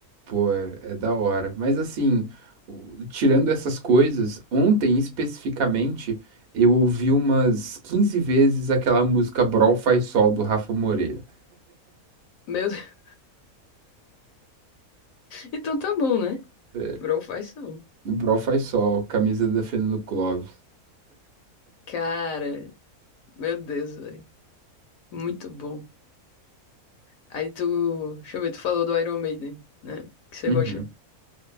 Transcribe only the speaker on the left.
Meu Deus. <laughs> Então tá bom, né?
Bro faz som.
Cara, meu Deus, velho. Muito bom. Aí tu. Deixa eu ver, tu falou do Iron Maiden, né? Que você
gosta.